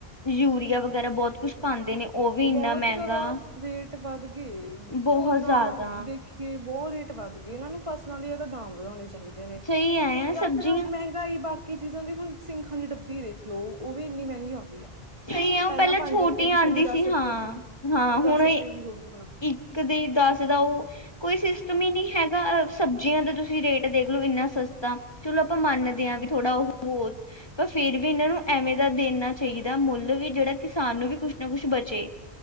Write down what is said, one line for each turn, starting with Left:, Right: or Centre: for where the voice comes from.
Left: ਯੂਰੀਆ ਵਗੈਰਾ ਬਹੁਤ ਕੁਛ ਪਾਉਂਦੇ ਨੇ ਉਹ ਵੀ ਇੰਨਾ
Right: ਬਹੁਤ
Left: ਮਹਿੰਗਾ
Right: ਜਿਆਦਾ ਰੇਟ ਵੱਧ ਗਏ,
Left: ਬਹੁਤ
Right: ਝੋਨਾ
Left: ਜ਼ਿਆਦਾ
Right: ਦੇਖੀਏ ਬਹੁ ਰੇਟ ਵੱਧ ਗਏ ਇਹਨਾਂ ਨੂੰ, ਫਸਲਾਂ ਦੀ ਇਹ ਤਾਂ ਦਾਮ ਵਧਾਉਣੇ ਚਾਹੀ ਚਾਹੀਦੇ ਨੇ
Left: ਸਹੀ ਹੈ
Right: ਯਾ,
Left: ਸਬਜ਼ੀਆਂ
Right: ਫੇਰ ਮਹਿੰਗਾਈ ਬਾਕੀ ਬੀ ਜਿਦਾਂ ਦੀ ਹੁਣ ਸਿੰਖਾਂ ਦੀ ਡੱਬੀ ਦੇਖ ਲਓ, ਉਹ ਵੀ ਇੰਨੀ ਮਹਿੰਗੀ ਆਉਂਦੀ ਹੈ।
Left: ਸਹੀ ਹੈ
Right: ਪਹਿਲਾਂ
Left: ਉਹ
Right: ਪੰਜ-
Left: ਛੋਟੀ
Right: ਰੁਪਏ ਦੀ ਸੀ,
Left: ਆਉਂਦੀ
Right: ਹੁਣ ਦੱਸ- ਰੁਪਏ।
Left: ਹਾਂ
Right: ਦੀ
Left: ਹਾਂ
Right: ਦਸ
Left: ਹੁਣ
Right: ਰੁਪਏ ਦੀ ਹੋ ਗਈ, ਹੁਣਾ
Left: ਇੱਕ ਤੇ ਦੱਸ ਦਾ ਉਹ ਕੋਈ ਸਿਸਟਮ ਹੀ ਨੀ ਹੈਗਾ, ਸਬਜ਼ੀਆਂ ਦਾ ਤੁਸੀਂ ਰੇਟ ਦੇਖਲੋ, ਇਨਾ ਸਸਤਾ ਚਲੋ ਆਪਾਂ ਮੰਨਦੇ ਆਂ ਵੀ ਥੋੜਾ ਉਹ, ਪਰ ਫੇਰ ਵੀ ਇਹਨਾ ਨੂੰ ਐਵੇਂ ਦਾ ਦੇਣਾ ਚਾਹੀਦਾ ਮੁੱਲ, ਵੀ ਜਿਹੜਾ ਕਿਸਾਨ ਨੂੰ ਵੀ ਕੁਛ ਨਾ, ਕੁਛ ਬਚੇ।